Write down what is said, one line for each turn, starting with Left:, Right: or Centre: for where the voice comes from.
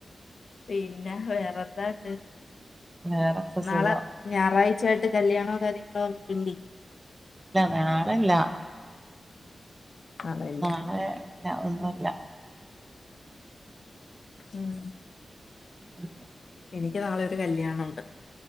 Left: പിന്നെ വേറെ എന്തോയുണ്ട്
Right: വേറെക്കെ
Left: നാളെ
Right: സുഖം
Left: ഞായറാഴ- ഉച്ചയായിട്ട് കല്യാണോ കാര്യങ്ങളോ- <unintelligible>
Right: നാളെല്ല ഇല്ല
Left: ആണല്ലേ
Right: നാളെ ല്ല ഒന്നുമില്ല
Left: ഉം
Right: ഉ
Left: എനിക്ക് നാളെ ഒരു കല്യാണമുണ്ട്